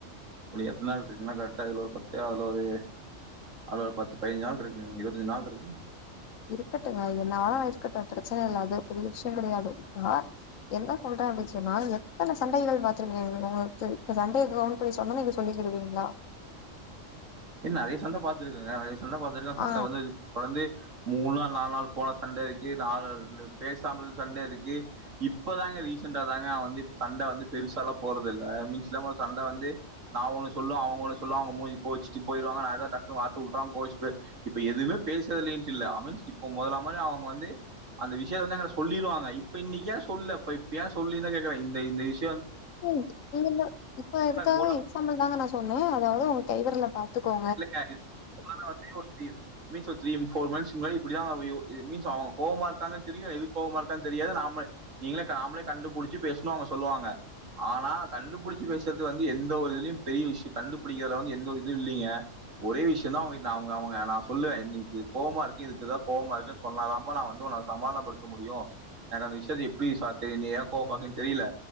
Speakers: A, on the right; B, on the left.
A: புடி எத்தன் நாள் இருக்குனா கரெக்டா இதுல ஒரு பத்து அதுல ஒரு அதுல ஒரு பத்து பைஞ்சு நாள் இருக்குங்க இருவத்தஞ்சு நாள்ருக்கு
B: இருக்கட்டுங்க இது நா இருக்கட்டு பிரச்சன இல்ல அது பெரிய விஷ்ய கெடயாது நா என்ன சொல்றே அப்டின் சொன்னா எத்தன சண்டைகள் பாத்திருக்கீங்க ஒங்கள்க்கு இப்ப சண்டய கவுன்ட் பண்ணி சொன்னா நீங்க சொல்லிகிடுவிங்ளா
A: என் நறைய சண்ட பாத்துருக்கங்க நறய சண்ட பாத்துருக்க சண்ட
B: ஆ
A: வந்து இப்பலந்து மூண் நாள் நாலு நாள் போன சண்ட இருக்கி நாலு இது பேசாம இருந்த சண்ட இருக்கி இப்பதாங்க ரீசண்டாதாங்க அவ வந்து இப்ப சண்ட வந்து பெருசா எல்லா போட்றது இல்ல மீன்ஸ் நம்ம சண்ட வந்து நா ஒண்ணு சொல்ல அவங்க ஒண்ணு சொல்ல அவங்க மூஞ்சி கோச்சுட்டு போயிருவாங்க நா எதாது டக்குன்னு வார்த்த உட்டா அவுங்க கோவிச்சுட்டு இப்ப எதுவுமே பேசறதில்லைன்ட்டு இல்ல அவன்ஸ் இப்ப மொதல்ல மார அவங்க வந்து அந்த விஷயத்த வந்து எங்கிட்ட சொல்லிருவாங்க இப்ப இன்னக்கி யேன் சொல்லல அப்ப இப்ப யேன் சொல்லுலின்னுதா கேக்குற இந்த இந்த விஷ
B: ம் நீங்க இந்த இப்ப இதுக்காக
A: மாட்டாங்க மூட் ஆஃப்
B: எக்ஸாம்பிள்தாங்க நா சொன்னே அதாவது உங்க கை வெரல பாத்துக்கோ
A: இல்லங்க <inaudible> மொதல்ல வந்து ஒரு த்ரீ மீன்ஸ் ஒரு த்ரீ ஃபோர் மன்த்ஸ் க்கு முன்னாடி இப்பிடிதா அவங்க யோ எ மீன்ஸ் அவங்க கோவமா இருக்காங்கன்னு தெரியு எதுக்கு கோவமா இருக்கான்னு தெரியாது நாம நீங்களே க நாமளே கண்டுபுடிச்சு பேசுனா அவங்க சொல்லுவாங்க ஆனா கண்டுபுடிச்சு பேசுறது வந்து எந்த ஒரு இதுலயு பெரிய விஷயோ கண்டுபுடிக்கறதுல வந்து எந்த ஒரு இதுவு இல்லைங்க ஒரே விஷயந்தா அவங்ககிட் நா அவங்க அவங்க நா சொல்லுவே இன்னைக்கு கோவமா இருக்கியே இதுக்குதா கோவமா இருக்கேன்னு சொன்னாதாம்பா நா வந்து உன்ன சமாதானப்படுத்த முடியு ஏன்னா அந்த விஷயத்த எப்டி சா தெரியு நீ யேன் கோவமா இருக்கேன்னு தெரியல